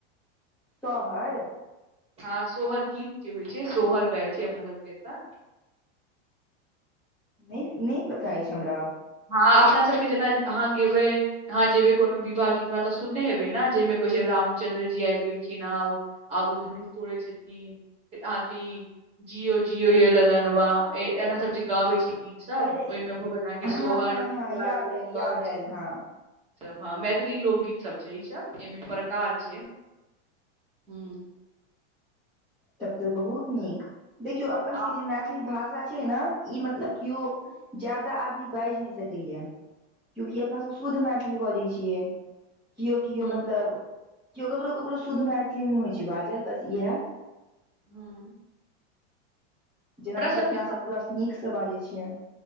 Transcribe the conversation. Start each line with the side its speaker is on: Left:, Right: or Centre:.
Centre: शहर?
Right: हँ सोहर गीत जे होइ छै सोहर गाय छै अपना सबके एतऽ
Centre: नै नै पता अछि हमरा
Right: हँ अपना सबके जेना अहाँ गेबै अहाँ जेबै कोनो विवाह गीतमे तऽ सुनने हेबै ने जाहिमे कहै छै रामचंन्द्र जी आबि गेलखिन आब आब ओ धनुष तोड़े छथिन और अहाँके जियो जियो रे ललनबा एना सब जे गाबै छै गीत सभ
Centre: अरे
Right: ओहिमे भऽ गेल अहाँके सोहर
Centre: हँ हँ हँ
Right: जोकच
Centre: याद आयल याद आयल हँ
Right: सब हँ मैथिली लोकगीत सब छै ई सब, एहिमे प्रकार छै। हूँ।
Centre: तब तऽ बहुत नीक, देखियौ अपन
Right: आ
Centre: सबके जे मैथिली भाषा छै ने ई मतलब केओ जादा आदमी बाजि नहि सकैये। क्यूकि अपना सब शुद्ध मैथिली बजै छियै। केओ केओ
Right: हूँ
Centre: मतलब केओ ककरो ककरो शुद्ध मैथिली नहि होइत छै बाजल बस इएह
Right: हँ।
Centre: जेना कि
Right: सबके
Centre: अपना
Right: तऽ
Centre: सभ पूरा नीकसँ बाजै छियै